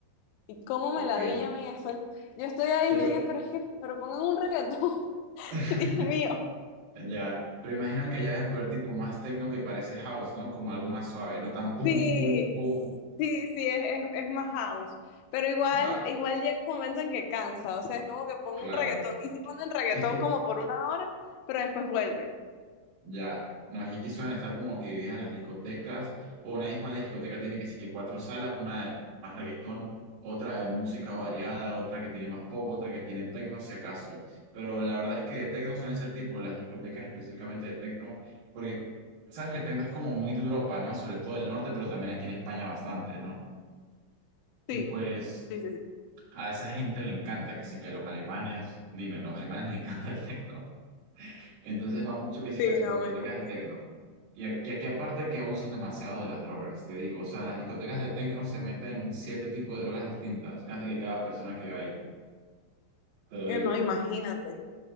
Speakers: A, on the left (about 80°); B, on the right (about 70°).
A: Y cómo
B: Ok.
A: me ladilla a mí eso. Yo estoy ahí,
B: Pero
A: yo dije, pero es que, pero pongan un reggaetón, <laughs>
B: <laughs>
A: Dios mío.
B: Ya, pero imagino que ya deben poder tipo más techno que parece house, ¿no? Como algo más suave, no tan pum,
A: Sí,
B: pum, pum.
A: sí, sí, es, es- es más house. Pero igual,
B: Va,
A: igual llega un momento en que cansa, o sea, es como que pongo
B: claro.
A: un reggaetón. Y si ponen reggaetón
B: Es que
A: como por una hora, pero después vuelve.
B: ya, no, aquí quisieron estar como que divididas las discotecas, o una misma discoteca tiene que ser cuatro salas, una de más reggaetón, otra de música variada, otra que tiene más pop, otra que tiene techno, si acaso. Pero la verdad es que de techno suelen ser tipo las discotecas específicamente de techno, porque sabes que el techno es como muy de Europa, ¿no? Sobre todo el norte, pero también aquí en España bastante, ¿no? Y
A: Sí,
B: pues...
A: sí, sí, sí.
B: A esa gente le encanta, que sí que a los alemanes, dime, los alemanes les encanta el techno. Entonces va mucho que sí
A: Sí,
B: que a sus
A: no,
B: discotecas
A: me imagino.
B: de techno. Y aquí, aquí aparte que abusan demasiado de las drogas, te digo, o sea, en las discotecas de techno se meten siete tipos de drogas distintas, casi que cada persona que va ahí, te lo
A: Eh,
B: digo.
A: No, imagínate.